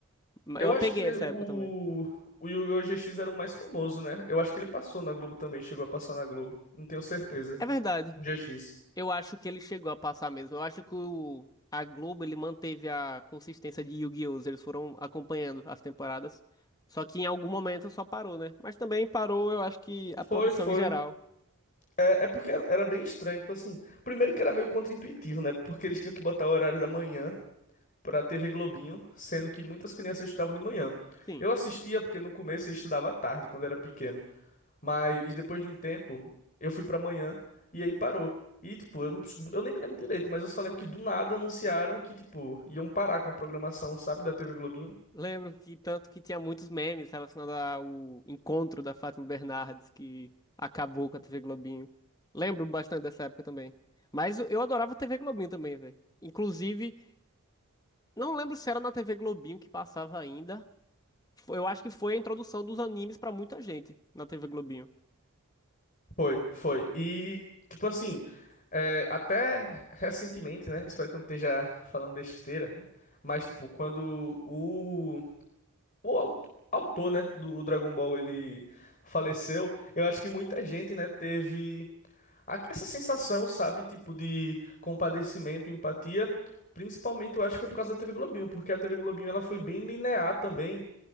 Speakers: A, on the left; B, on the left.
A: Mas
B: Eu
A: Eu
B: acho
A: peguei
B: que
A: essa
B: o,
A: época também.
B: o Yu-Gi-Oh! GX era o mais famoso, né? Eu acho que ele passou na Globo também, chegou a passar na Globo. Não tenho certeza.
A: É verdade.
B: O GX.
A: Eu acho que ele chegou a passar mesmo. Eu acho que o, a Globo ele manteve a consistência de Yu-Gi-Oh! Eles foram acompanhando as temporadas. Só que em algum momento só parou, né? Mas também parou, eu acho que
B: Foi,
A: a produção
B: foi.
A: em geral.
B: É, é porque era era bem estranho, tipo assim. Primeiro que era meio contraintuitivo, né? Porque eles tinham que botar o horário da manhã pra TV Globinho, sendo que muitas crianças estudavam de manhã.
A: Sim.
B: Eu assistia porque no começo eu estudava à tarde, quando era pequeno. Mas
A: sim.
B: depois de um tempo, eu fui pra manhã e aí parou. E, tipo, eu, eu nem me lembro direito, mas eu só lembro que do nada anunciaram que, tipo, iam parar com a programação, sabe, da TV Globinho.
A: Lembro que tanto que tinha muitos memes relacionados ao encontro da Fátima Bernardes, que acabou com a TV Globinho. Lembro bastante dessa época também. Mas eu eu adorava a TV Globinho também, velho. Inclusive, não lembro se era na TV Globinho que passava ainda. Foi- Eu acho que foi a introdução dos animes pra muita gente na TV Globinho.
B: Foi, foi. E, tipo assim, é, até recentemente, né? Espero que eu não esteja falando besteira, mas, tipo, quando o, o au- autor, né, do Dragon Ball ele faleceu, eu acho que muita gente, né, teve. a- essa sensação, sabe, tipo de compadecimento, empatia, principalmente eu acho que foi por causa da TV Globinho, porque a TV Globinho ela foi bem linear também